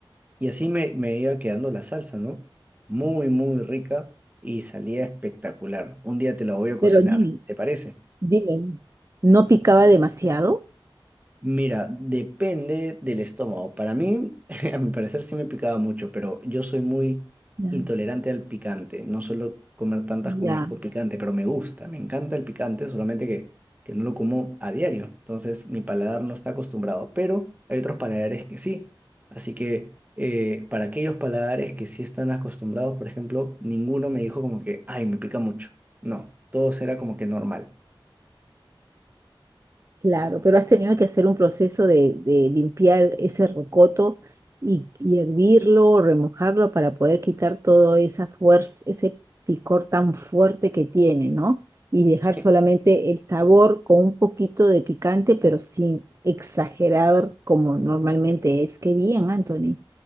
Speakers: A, on the right (about 20°); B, on the right (about 35°).
A: Y así me, me iba quedando la salsa, ¿no? Muy, muy rica y salía espectacular. Un día te lo voy a cocinar,
B: Pero dime,
A: ¿te parece?
B: dime, ¿no picaba demasiado?
A: Mira, depende del estómago. Para mí, <laughs> a mi parecer sí me picaba mucho, pero yo soy muy
B: Ya.
A: intolerante al picante. No suelo comer tantas comidas
B: Ya,
A: con picante, pero me gusta, me encanta el picante, solamente que, que no lo como a diario. Entonces mi paladar no está acostumbrado, pero hay otros paladares que sí. Así que eh, para aquellos paladares que sí están acostumbrados, por ejemplo, ninguno me dijo como que, ay, me pica mucho. No, todo era como que normal.
B: Claro, pero has tenido que hacer un proceso de, de limpiar ese rocoto y, y hervirlo o remojarlo para poder quitar toda esa fuerza, ese picor tan fuerte que tiene, ¿no? Y dejar
A: Sí,
B: solamente el sabor con un poquito de picante, pero sin exagerar como normalmente es. Qué bien, Anthony.